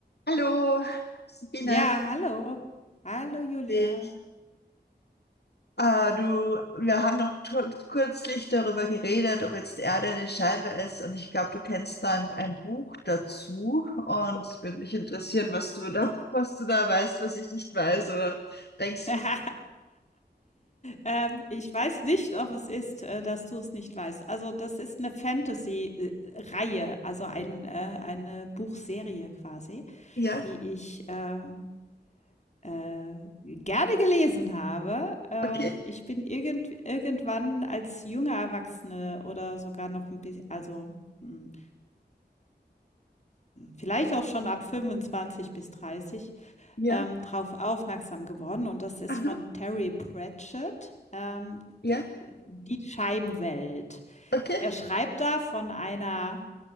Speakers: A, on the left (about 70°); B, on the left (about 40°).
A: Hallo, Sabine.
B: Ja, hallo. Hallo Julia.
A: Ich, äh, du, wir haben noch tr- kürzlich darüber geredet, ob jetzt die Erde eine Scheibe ist. Und ich glaube, du kennst da ein, ein Buch dazu. Und es würde mich interessieren, was du da, <laughs> was du da weißt, was ich nicht weiß. Oder denkst
B: <laughs>
A: du,
B: Ähm, ich weiß nicht, ob es ist, äh, dass du es nicht weißt. Also, das ist eine Fantasy, äh, Reihe, also ein äh, eine Buchserie quasi,
A: ja,
B: die ich, ähm, äh, gerne gelesen habe. Äh,
A: okay,
B: ich bin irgend irgendwann als junge Erwachsene oder sogar noch ein bisschen, also, hm, vielleicht auch schon ab 25 bis 30
A: ja,
B: ähm, drauf aufmerksam geworden und das ist
A: aha,
B: von Terry Pratchett, ähm,
A: ja,
B: Die Scheibenwelt.
A: okay,
B: Er schreibt da von einer